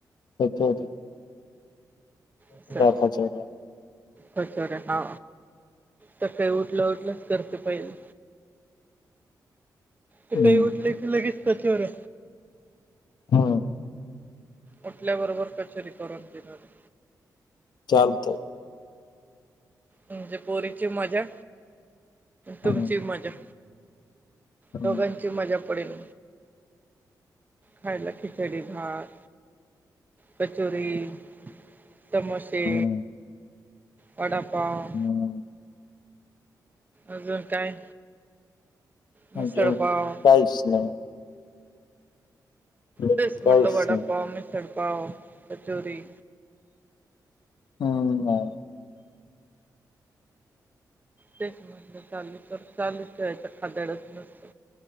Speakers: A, on the left (about 75°); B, on the right (about 25°).
A: सत होत. <inaudible>
B: असच.
A: कचोरा
B: कचोरी हा तर काही उठलं उठलंच करते पहिले. ते
A: हम्म
B: काही उठले क लगेच कथवर.
A: हा.
B: उठल्याबरोबर कचोरी करून देणारे-
A: चालतंय-
B: म्हणजे पोरीची मज्जा तुमची
A: हम्म
B: मज्जा-
A: हम्म
B: दोघांची मजा पडेल खायला की- कढी भात कचोरी- समोसेे
A: हम्म
B: वडापाव.
A: हम्म
B: अजून काय. मिसळपाव
A: अजून काहीच नाही. हम्म,
B: तेच म्हटलं
A: काहीच
B: वडापाव
A: नाही
B: मिसळ पाव कचोरी.
A: हम् हा.
B: त्याच म्हणलं चाली तर चालूच ठेळायच खादडच नसत